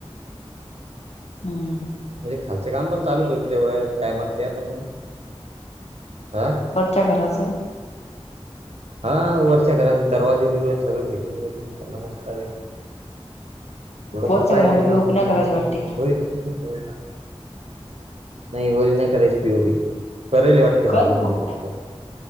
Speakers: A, on the left (about 85°); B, on the right (about 75°).
A: हम्म हम्म -
B: म्हणजे खालचं काम पण चालूच होतं तेवढ्या टायमात त्या पण मंग हा
A: वरच्या घराचं
B: हा वरच्या घराचे दरवाजे बिरवा जे सगळे फिटिंग बिटिंग झाल मस्त आहे. थोडंफार
A: वरच्या
B: राहिलय
A: घराला पीओपी
B: काम
A: नाही
B: पण
A: करायची
B: मंग आता
A: वाटते
B: होईल हो नाही वरी नाय कराच पि ओ पी करीले वाटते
A: कर
B: हॉलमध्ये
A: रे मग
B: फक्त